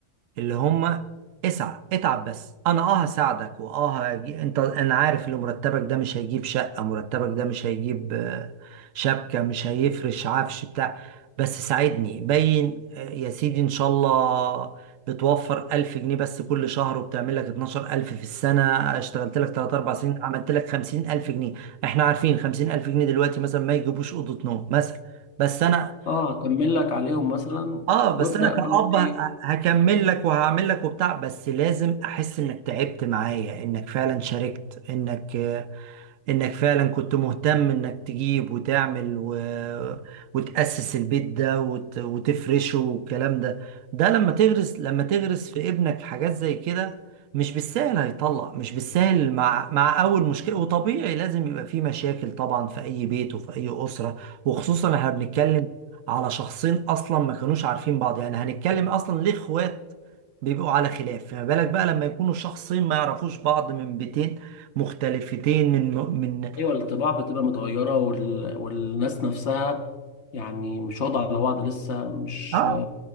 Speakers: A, on the right; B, on the left.
A: اللي هم اسعى اتعب بس انا اه هساعدك واه هجي... انت انا عارف ان مرتبك ده مش هيجيب شقة مرتبك ده مش هيجيب آه، شبكة مش هيفرش عفش بتاع بس ساعدني باين آه، يا سيدي ان شاء الله بتوفر 1000 جنيه بس كل شهر وبتعمل لك 12000 في السنة اشتغلت لك 3 4 سنين عملت لك 50000 جنيه احنا عارفين 50000 جنيه دلوقتي مثلا ما يجيبوش أوضة نوم مثلا بس انا
B: اه أكمل لك عليهم مثلا
A: اه
B: وابدأ
A: بس انا
B: بقى
A: كأب
B: ايه
A: ه- هكمل لك وهعمل لك وبتاع بس لازم احس انك تعبت معايا انك فعلا شاركت انك انك فعلا كنت مهتم انك تجيب وتعمل و... وتأسس البيت ده وت... وتفرشه والكلام ده ده لما تغرس لما تغرس في ابنك حاجات زي كده مش بالسهل هيطلق مش بالسهل مع مع اول مشكلة وطبيعي لازم يبقى في مشاكل طبعا في اي بيت وفي اي أسرة وخصوصا احنا بنتكلم على شخصين اصلا ما كانوش عارفين بعض يعني هنتكلم اصلا ليه اخوات بيبقوا على خلاف فما بالك بقى لما يكونوا شخصين ما يعرفوش بعض من بيتين مختلفتين من من
B: ايوه الطباع بتبقى متغيره وال... والناس نفسها يعني مش واضحه على بعض لسه مش
A: اه